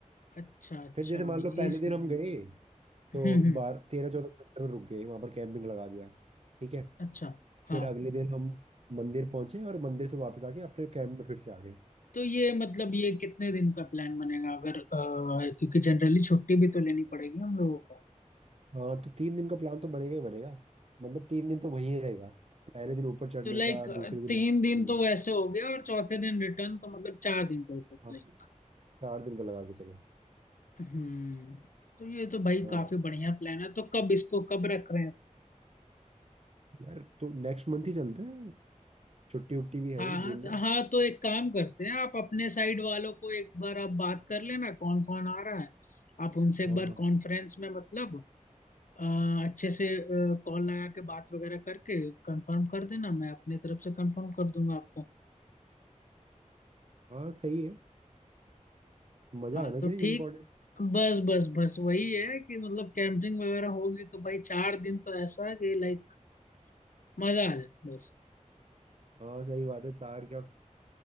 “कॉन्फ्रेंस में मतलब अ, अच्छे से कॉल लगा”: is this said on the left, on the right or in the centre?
Left